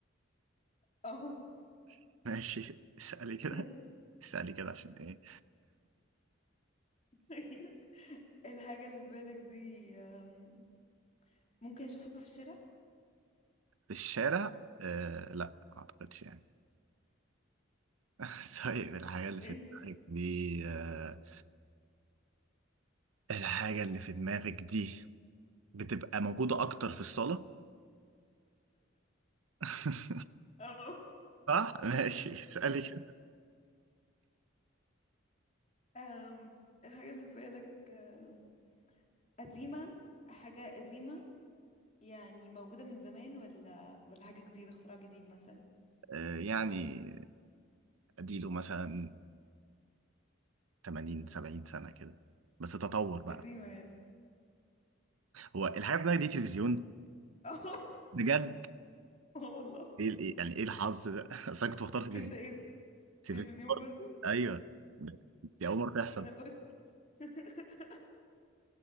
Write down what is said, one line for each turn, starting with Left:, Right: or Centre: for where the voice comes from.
Left: اه
Right: <laughs> ماشي اسالي كده
Left: <laughs>
Right: اسالي كده عشان ايه
Left: طيب. الحاجة اللي في بالك دي أم، ممكن اشوفها في الشارع
Right: في الشارع آه لا ما اعتقدش يعني <laughs> طيب الحاجه اللي
Left: ماشي
Right: في دماغك دي آه الحاجه اللي في دماغك دي بتبقى موجوده اكتر في الصاله <laughs>
Left: اه
Right: صح <laughs> ماشي اسألي كده
Left: أم، الحاجة اللي في بالك أم، قديمة حاجة قديمة يعني موجودة من زمان ولا ولا حاجة جديدة اختراع جديد مثلا
Right: آه، يعني اديله مثلا 80 70 سنة كده بس تطور بقى
Left: قديمة يعني <laughs>
Right: هو الحاجة بتاعتك دي تلفزيون
Left: اه
Right: بجد
Left: والله
Right: ايه إيه- يعني ايه الحظ ده <laughs> اصل انا كنت بختار تلفزيون
Left: انت ايه
Right: تلفزيون
Left: التلفزيون
Right: برضه.
Left: برضو
Right: ايوه دي اول مرة تحصل
Left: ما انا قلت <laughs>